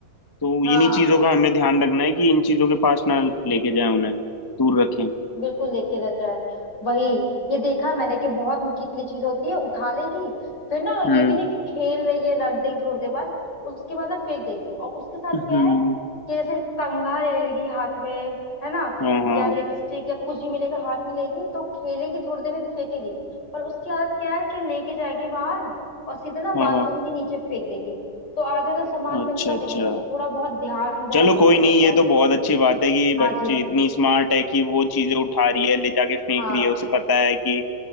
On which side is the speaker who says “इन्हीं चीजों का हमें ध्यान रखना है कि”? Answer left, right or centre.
Left